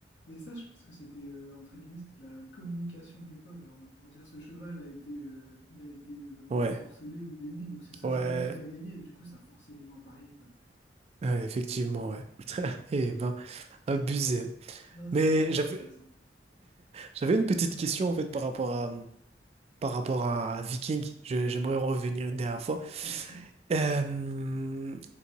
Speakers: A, on the left; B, on the right.
A: Mais ça, je pense que c'était, euh, entre guillemets, c'était de la communication de l'époque, genre en mode pour dire ce cheval a été, euh, il a été euh,
B: Ouais,
A: ensorcelé ou béni, donc c'est ce
B: ouais,
A: cheval qui va gagner. Et du coup, ça forçait les gens à parier, quoi.
B: ouais, effectivement, ouais. <laughs> Eh ben, abusé.
A: C'est- Non, c'est
B: Mais
A: beaucoup trop
B: j'avais,
A: intéressant.
B: j'avais une petite question, en fait, par rapport à, par rapport à Viking. Je- j'aimerais en revenir une dernière fois.
A: Pas de souci.
B: Euh,